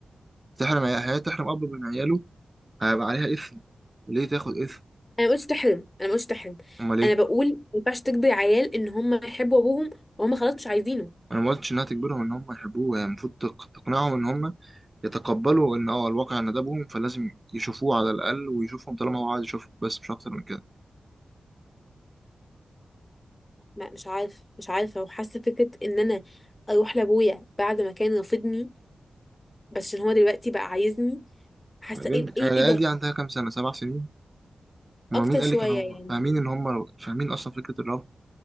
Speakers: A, on the right (about 30°); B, on the left (about 25°).
A: تحرم عي- هي تحرم اب من عياله هيبقى عليها اثم ليه تاخد اثم
B: انا ما قلتش تحرم انا ما قلتش تحرم
A: امال ايه
B: انا بقول ما ينفعش تجبر عيال ان هم يحبوا ابوهم وهم خلاص مش عايزينه
A: انا ما قلتش انها تجبرهم ان هم يحبوه هي المفروض تق- تقنعهم ان هم يتقبلوا ان اه الواقع ندبهم فلازم يشوفوه على الاقل ويشوفهم طالما هو عايز يشوفهم بس مش اكتر من كده
B: ما مش عارف مش عارفه وحاسه فكره ان انا اروح لابويا بعد ما كان رافضني بس عشان هو دلوقتي بقى عايزني حاسه
A: بعدين
B: ايه
A: هي
B: ايه
A: العيال
B: ايه ده
A: دي عندها كام سنه سبع سنين هما
B: اكتر
A: مين قال
B: شويه
A: لك ان هم
B: يعني
A: فاهمين ان هم فاهمين اصلا فكره الرفض